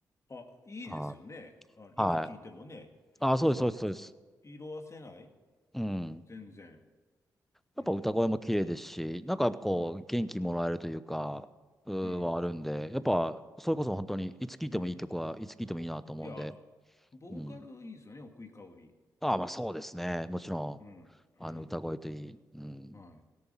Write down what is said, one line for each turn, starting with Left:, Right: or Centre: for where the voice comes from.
Left: あ、いいですよね。
Centre: あ、
Left: あの、今聞いてもね、
Centre: はい。あ、そうです、
Left: なんか、
Centre: そうです、そうです。
Left: 色褪せない
Centre: うん。
Left: 全然。
Centre: やっぱ歌声も綺麗ですし、
Left: うん。
Centre: なんかやっぱこう、
Left: そう。
Centre: 元気もらえるというか、
Left: うん。
Centre: うーはあるんで、
Left: うん。
Centre: やっぱ、それこそ本当に、いつ聴いてもいい曲はいつ聴いてもいいなと思うんで、
Left: うん。いや、ボーカルいいですよね、
Centre: うん。
Left: 奥井香織。
Centre: ああ、まあそうですね。もちろ
Left: うん、
Centre: ん、
Left: うん、
Centre: あの、歌声といい。うん。
Left: はい、